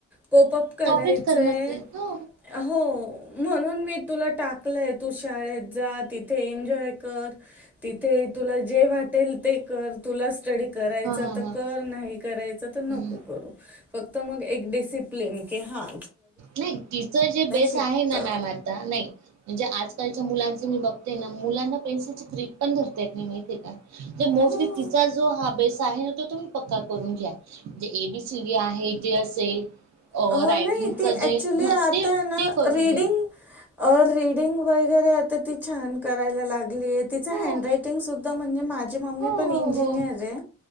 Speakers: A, in the centre; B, on the right.
A: कोपप करायचंय
B: कॉपरेट करणच आहे हो
A: हो म्हणून मी तुला टाकलंय तू शाळेत जा तिथे एन्जॉय कर तिथे तुला जे वाटेल ते कर तुला स्टडी करायचा
B: हा हा
A: तर
B: हा
A: कर नाही करायच तर नको
B: हम्म.
A: करू फक्त मग एक डिसिप्लिन कि हा
B: नाही तिच जे बेस
A: शिकतं
B: आहे ना मॅम आता नाही म्हणजे आजकाल मुलांचे मी बघते ना मुलांना पेन्सिलीची क्र्रीप पण धरता येत नाहीत मी माहिती आहे का तर मोस्टली
A: हो
B: तिचा जो हा बेस् आहे ना त तुम्ही पक्का करून घ्या. एबीसीडी व आहे जे असेल अ
A: अ,
B: रायटिंगच
A: नाही ती
B: जे
A: ॲक्चुली
B: ह
A: आता
B: ते
A: ना
B: ते करून
A: रीडिंग
B: घ्या
A: अ री डिंग वगैरे आता ती छान करायला लागली तिझ
B: हो
A: हॅन्डराइन्टिग सुद्धा म्हणजे माझी मम्मी
B: हो
A: पण इंजिनिअर
B: हो हो
A: आहे.